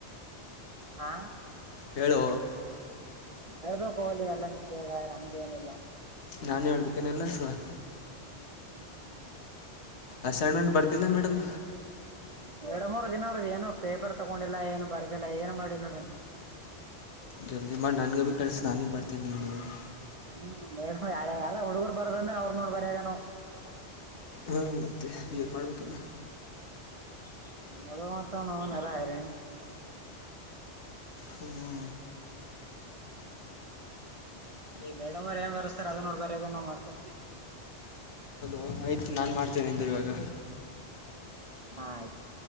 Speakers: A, on the right (about 40°); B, on the left (about 75°).
A: ಹಾ
B: ಹೇಳೋ
A: ಹೇಳ್ಬೇಕೋ ಲೇ ಎಲ್ಲ ನಿಮ್ದೇ ಅದ ನಮ್ದೇನಿಲ್ಲ
B: ನಾನೇ ಹೇಳ್ಬೇಕೇನೆಲ್ಲ ಸದಾ
A: ಹ್ಮ್
B: ಅಸೈನ್ಮೆಂಟ್ ಬರ್ದಿಲ್ಲ ಮೇಡಮ್
A: ಎರಡು ಮೂರು ದಿನ ಅವ್ರದ ಏನು ಪೇಪರ್ ತಗೊಂಡಿಲ್ಲ ಏನು ಬರ್ದಿಲ್ಲ ಏನು ಮಾಡಿಲ್ಲ ನೋಡಿ ನಾ
B: ಜಲ್ದಿ ಮಾಡ ನನ್ಗ ಭಿ ಕಳ್ಸ ನಾನು ಬರೀತೀನಿ ನಿನ್ ನೋಡಿ
A: ಹ್ಮ್ ನ ಯಾರ ಯಾರ ಹುಡುಗರು ಬರದಂದ್ರ ಅವ್ರ ನೋಡ್ ಬರೆದೇ ನಾವ್
B: ಹ್ಮ ಮತ್ತೆ ಏನ್ ಮಾಡ್ಬೇಕಿನ್ನ
A: <unintelligible>
B: ಹ್ಞೂ
A: ಈ ಮೇಡಮ್ ಅವರ ಏನ್ ಬರಸ್ತಾರ ಅದನ್ನೋಡಿ ಬರದೇ ನಾವ್ ಮತ್
B: ಹಾ ಆಯ್ತು ನಾನ್ ಮಾಡ್ತೇನೆ ನಿಂದರು ಇವಾಗ
A: ಹಾ ಆಯ್ತು